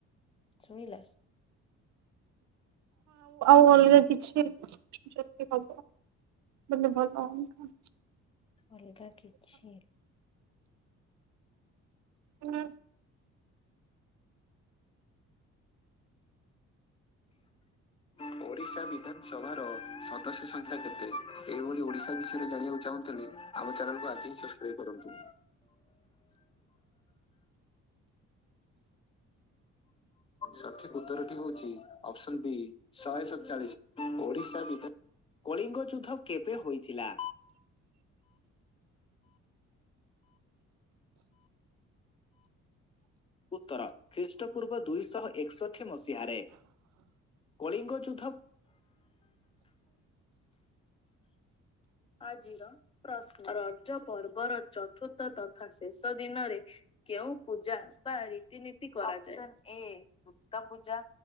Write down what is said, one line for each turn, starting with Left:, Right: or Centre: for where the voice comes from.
Left: ସୁଣିଲା।
Right: କଲରେ କିଛି ଯିବ ବଲେ ଭଲ ହେ।
Left: ଅଲଗା କିଛି।
Right: ହୁଁ।
Left: <inaudible> ଓଡ଼ିଶା ବିଧାନସଭାର ସଦସ୍ୟ ସଂଖ୍ୟା କେତେ ଏହିଭଳି ଓଡିଶା ବିଷୟରେ ଜାଣିବାକୁ ଚାହୁଁଥିଲ ଆମ ଚ୍ୟାନେଲକୁ ଆଜିହିଁ ସସ୍କ୍ରାଇବ୍ କରନ୍ତୁ। ସଠିକ ଉତ୍ତରଟି ହଉଛି ଅପସନ ବି ଶହେ ସତଚାଳିଶି ଓଡିଶା ଭିତରେ କଳିଙ୍ଗ ଯୁଦ୍ଧ କେବେ ହୋଇଥିଲା? ଉତ୍ତର ଖ୍ରୀଷ୍ଟ ପୂର୍ବ ଦୁଇଶହ ଏକଷଠି ମସିହାରେ କଳିଙ୍ଗ ଯୁଦ୍ଧ ଆଜିର ପ୍ରଶ୍ନ ରଜ ପର୍ବର ଚତୁର୍ଥ ତଥା ଶେଷ ଦିନରେ କେଉଁ ପୂଜା ବା ରୀତିନୀତି କରାଯାଏ ଅପସନ୍ଏ ଭୁକ୍ତ ପୂଜା